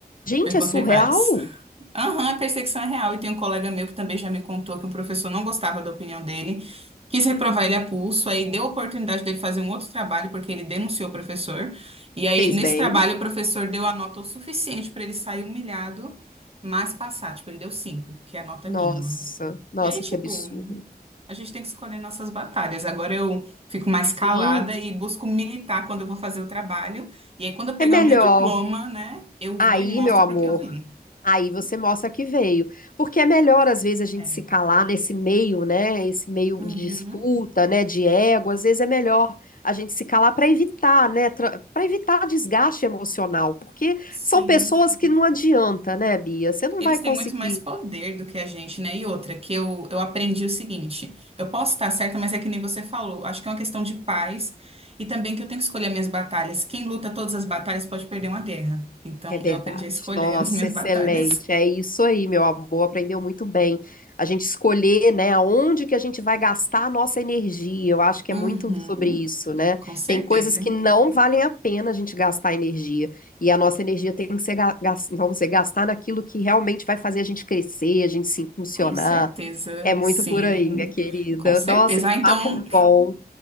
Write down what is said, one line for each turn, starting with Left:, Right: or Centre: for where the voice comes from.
Left: gente,
Right: Eu encontrei
Left: é surreal.
Right: vários. Aham, a perseguição é real. E tem um colega meu que também já me contou que um professor não gostava da opinião dele, quis reprovar ele a pulso, aí deu a oportunidade dele fazer um outro trabalho, porque ele denunciou o professor. E aí,
Left: Fez
Right: nesse
Left: bem.
Right: trabalho, o professor deu a nota o suficiente para ele sair humilhado, mas passar. Tipo, ele deu cinco, que é a nota
Left: Nossa,
Right: mínima.
Left: nossa,
Right: E aí, tipo,
Left: que absurdo.
Right: a gente tem que escolher nossas batalhas. Agora eu fico mais calada
Left: Sim,
Right: e busco militar quando eu vou fazer o trabalho. E aí, quando eu pegar
Left: é melhor.
Right: o meu diploma, né, eu
Left: Aí,
Right: vou e mostro
Left: meu amor.
Right: para o que eu vim.
Left: Aí você mostra que veio. Porque é melhor, às vezes, a gente
Right: É.
Left: se calar nesse meio, né? Esse meio
Right: Uhum.
Left: de disputa, né? De ego. Às vezes é melhor a gente se calar para evitar, né? Para evitar desgaste emocional. Porque
Right: Sim,
Left: são pessoas que não adianta, né, Bia? Você não
Right: eles
Left: vai
Right: têm
Left: conseguir
Right: muito mais poder do que a gente, né? E outra, que eu, eu aprendi o seguinte: eu posso estar certa, mas é que nem você falou, acho que é uma questão de paz e também que eu tenho que escolher minhas batalhas. Quem luta todas as batalhas pode perder uma guerra. Então,
Left: É verdade.
Right: eu aprendi a escolher
Left: Nossa,
Right: as minhas
Left: excelente.
Right: batalhas.
Left: É isso aí, meu amor. Aprendeu muito bem. A gente escolher, né, aonde que a gente vai gastar a nossa energia. Eu acho que
Right: Uhum,
Left: é muito sobre isso, né?
Right: com certeza,
Left: Tem coisas que não valem a pena a gente gastar energia. E a nossa energia tem que ser, ga- gas- vamos dizer, gastar naquilo que realmente vai fazer a gente crescer, a gente se funcionar.
Right: com certeza,
Left: É muito
Right: sim,
Left: por aí, minha querida.
Right: com certeza.
Left: Nossa, que
Right: Ah, então.
Left: papo bom.